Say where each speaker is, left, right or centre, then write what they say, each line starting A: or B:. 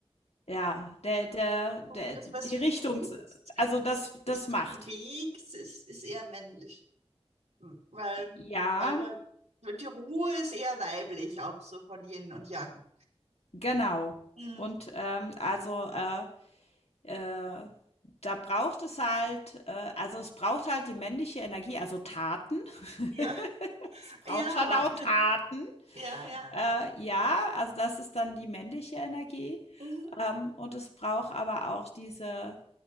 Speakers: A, on the left; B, on the right.
A: ja, der, der, der,
B: Und das,
A: die
B: was fließt,
A: Richtung, also das,
B: das, das
A: das
B: sich
A: macht.
B: bewegt, ist, ist eher männlich. Weil,
A: Ja,
B: weil da, die Ruhe ist eher weiblich, auch so von Yin und Yang.
A: genau.
B: Mhm.
A: Und ähm, also äh, äh, da braucht es halt, äh, also es braucht halt die männliche Energie, also Taten. <laughs>
B: Ja, <laughs>
A: es braucht
B: ja,
A: schon auch Taten.
B: ja, ja.
A: Äh, ja, also das ist dann die männliche Energie.
B: Mhm.
A: Ähm, und es braucht aber auch diese